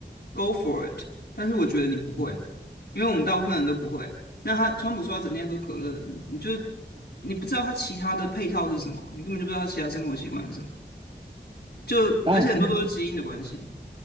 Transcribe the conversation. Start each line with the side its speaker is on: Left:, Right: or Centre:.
Left: ，Go for it。但是我觉得你不会，
Right: 嗯
Left: 因为我们大部分人都不会。那他川普说他整天喝可乐，你你就你不知道他其他的配套是什么，你根本就不知道他其他生活习惯是什么。就而且很多都是基因的关系。
Right: 当然